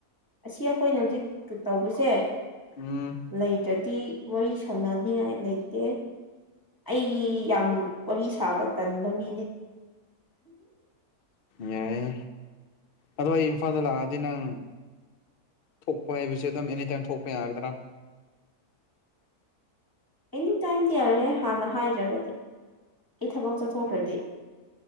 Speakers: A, on the left; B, on the left.
A: ꯑꯁꯤ ꯑꯩꯈꯣꯏꯅ ꯍꯧꯖꯤꯛ ꯇꯧꯕꯁꯦ
B: ꯎꯝ
A: ꯂꯩꯇ꯭ꯔꯗꯤ ꯋꯥꯔꯤ ꯁꯥꯟꯅꯅꯤꯉꯥꯏ ꯂꯩꯇꯦ ꯑꯩ ꯌꯥꯝ ꯋꯥꯔꯤ ꯁꯥꯕ ꯇꯟꯕ ꯃꯤꯅꯦ
B: ꯌꯥꯏ ꯑꯗꯣ ꯑꯩ ꯏꯝꯐꯥꯜꯗ ꯂꯥꯛꯑꯗꯤ ꯅꯪ ꯊꯣꯛꯄ ꯍꯥꯏꯕꯁꯤ ꯑꯗꯨꯝ ꯑꯦꯅꯤꯇꯥꯏꯝ ꯊꯣꯛꯄ ꯌꯥꯒꯗ꯭ꯔꯥ
A: ꯑꯦꯅꯤꯇꯥꯏꯝꯗꯤ ꯌꯥꯔꯣꯏꯍꯦ ꯍꯥꯟꯅ ꯍꯥꯏꯗ꯭ꯔꯒꯗꯤ ꯑꯩ ꯊꯕꯛ ꯆꯠꯊꯣꯛꯈ꯭ꯔꯗꯤ